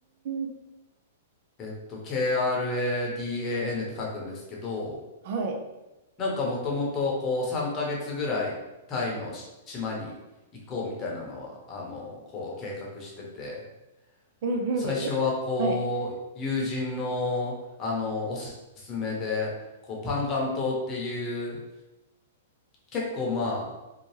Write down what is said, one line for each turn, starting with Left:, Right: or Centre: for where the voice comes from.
Right: ん。
Left: えっと、KRADAN って書くんですけど、
Right: はい。
Left: なんかもともとこう3ヶ月ぐらいタイの島に行こうみたいなのは、あの、こう計画してて、
Right: うんうんうん。
Left: 最初はこう友人の、
Right: えはい。
Left: あのおすすめでこうパンガン島っていう結構まあ